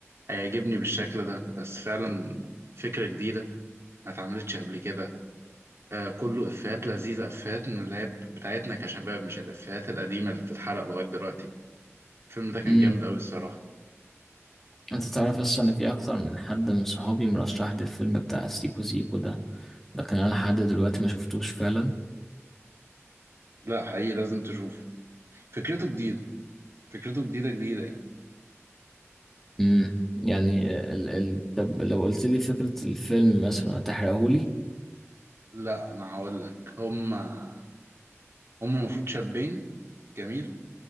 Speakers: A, on the right (about 60°); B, in the centre.
A: هيعجبني بالشكل ده بس فعلا فكرة جديدة ما اتعملتش قبل كده آه كله افيهات لذيذة افيهات من اللي هي بتاعتنا كشباب مش الافيهات القديمة اللي بتتحرق لغاية دلوقتي الفيلم ده كان
B: امم
A: جامد قوي الصراحة
B: انت تعرف اصلا ان في اكتر من حد من صحابي مرشح لي الفيلم بتاع سيكو سيكو ده لكن انا لحد دلوقتي ما شفتوش فعلا
A: لا حقيقي لازم تشوفه فكرته جديدة فكرته جديدة جديدة يعني
B: امم يعني ال... ال... طب لو قلت لي فكرة الفيلم مثلا هتحرقهولي
A: لا انا هقول لك هما هما المفروض شابين جميل